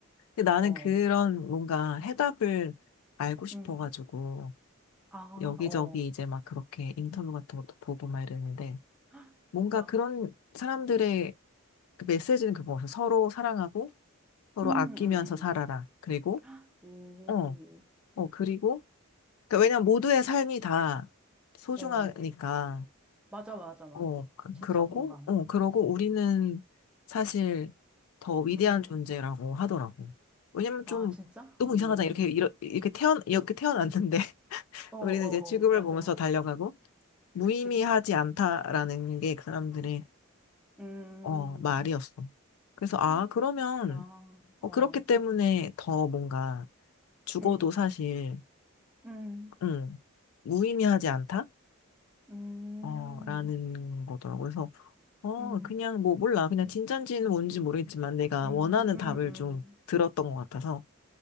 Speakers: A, on the left; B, in the centre.
A: 근데 나는
B: 어,
A: 그런 뭔가 해답을 알고 싶어가지고,
B: 음. 아,
A: 여기저기
B: 어.
A: 이제 막 그렇게 인터뷰 같은 것도 보고 막 이랬는데,
B: 아,
A: 뭔가
B: 구
A: 그런 사람들의 그 메시지는 그거 같아. 서로 사랑하고, 서로
B: 음,
A: 아끼면서
B: 음, 음.
A: 살아라. 그리고,
B: 아, 오.
A: 어, 어, 그리고, 그러니까 왜냐면 모두의 삶이 다 소중하니까,
B: 어, 맞아, 맞아, 맞아.
A: 어, 그,
B: 진짜
A: 그러고,
B: 공감.
A: 어, 그러고 우리는
B: 음,
A: 사실 더 위대한
B: 음.
A: 존재라고 하더라고. 왜냐면
B: 아,
A: 좀
B: 진짜?
A: 너무
B: 오.
A: 이상하잖아. 이렇게, 이러- 이렇게 태어, 이렇게 태어났는데 <laughs>
B: 어, 어,
A: 우리는 이제 지구를
B: 맞아.
A: 보면서 달려가고 무의미하지
B: 그치, 그치.
A: 않다라는 게 그 사람들의,
B: 음,
A: 어, 말이었어. 그래서, 아,
B: 아,
A: 그러면,
B: 나,
A: 어,
B: 어.
A: 그렇기 때문에 더 뭔가 죽어도
B: 음,
A: 사실,
B: 음,
A: 음 무의미하지 않다?
B: 음,
A: 어, 라는 거더라고요. 그래서, 어,
B: 음,
A: 그냥 뭐, 몰라. 그냥 진짠지는 뭔지 모르겠지만 내가
B: 음,
A: 원하는
B: 음,
A: 답을
B: 음.
A: 좀 들었던 것 같아서.